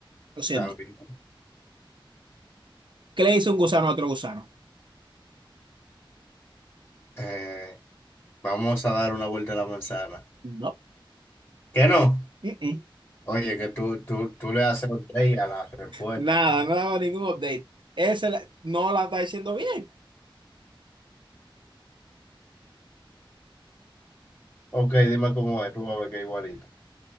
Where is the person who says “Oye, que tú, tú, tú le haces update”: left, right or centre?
Left